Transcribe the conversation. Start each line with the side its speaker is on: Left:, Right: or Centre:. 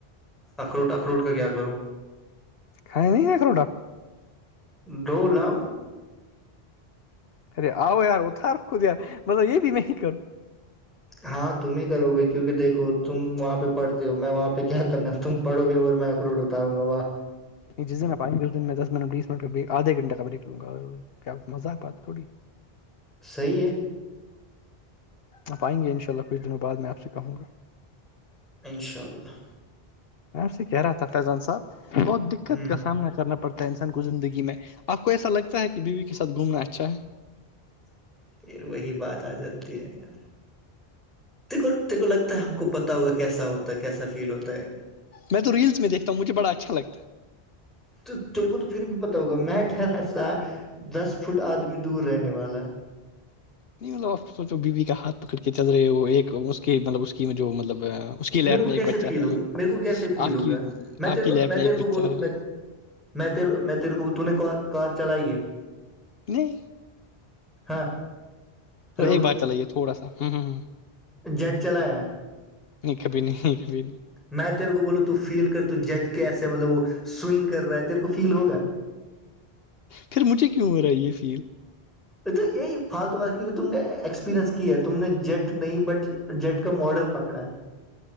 Centre: اخروٹ اخروٹ کا کیا کروں
Left: کھا نہیں ہے کر روٹ آپ کو
Centre: دو لو
Left: ارے آؤ یار اتھار خود یار مطسب یہ بھی میں کروں
Centre: ہاں تم ہی کرو گے کیوںکہ دیکھو تم وہاں پہ پڑتے ہو میں وہاں پہ کیا کرنا تم پڑو گے اور میں اخروٹ اتاروں گااں
Left: جس دن میں پائ گےھر اس دن میں دس منٹ بیس منٹ کا آدھے گھنٹہ کا میںیکھ لوں گا کیا مذاقات تھوڑی
Centre: صحیح ہے
Left: آپ آئیں گے انشاء اللہ کچھ دنوں بعد میں آپ سے کہوں گا
Centre: انشاء اللہ
Left: میں سے کہہ رہا تھا فیضان صاحب بہت دقت
Centre: ہ
Left: کا سامنا کرنا پ پڑتا انسان کو زندگی میں آپ کو ایسا لگتا ہے کہ بیوی کے ساتھ گھومنا اچھا ہے
Centre: پھر وہی بات آ جاتی ہے یار تیکو تیکھو لگتا ہے ہم کو پتا ہوا کیسا ہوتا ہے کیسا فیل ہوتا ہے
Left: میں تو ریل میں دیکھتا ہ مجھےڑا اچھا لگ ہے
Centre: تو تیرے کو تو پھر بھی پتا ہوگا میں ٹھہرا سا دس فٹ آدمی دور رہنے والا
Left: نہیں مطلب آپ سوچو بیوی کا ہاتھ پکڑ کے چل رہے ہو ایک اس کے مطلب اس کی جو مطلب کی لیب
Centre: میرے کو
Left: میں
Centre: کیسے
Left: ایک بچہ
Centre: فیل
Left: ہے
Centre: ہوگا میرے کو کیسے فیل
Left: آپ
Centre: ہوگا
Left: کی
Centre: میں تیرے
Left: آپ کی
Centre: کو
Left: لیب
Centre: میں تیرے
Left: ایک
Centre: کو
Left: بچہ
Centre: بولوں
Left: ہے
Centre: میں میں تیر میں تیرے کو تو نے ک کار چلائی ہے
Left: نہیں
Centre: ہاں ہلو
Left: ایک بار چلائیے تھوڑا سا ہ ہوں ہ
Centre: جیٹ چلایا
Left: ایک بھی نہیں ایک بھی نہیں
Centre: میں تیرے کو بولوں تو فیل کر ت جٹ کے ایسے مطلب وہ سوئنگ کر رہا ہے تیرے کو فیل ہوگا
Left: پھر مجھے کیوں ہو رہا ہے یہ فیل
Centre: ا تو یہی فالتو بات کیونکہ تم نے ایکسپیریئنس کی ہے تم نے جیٹ نہیں بٹ جیٹ کا ماڈل پکڑا ہے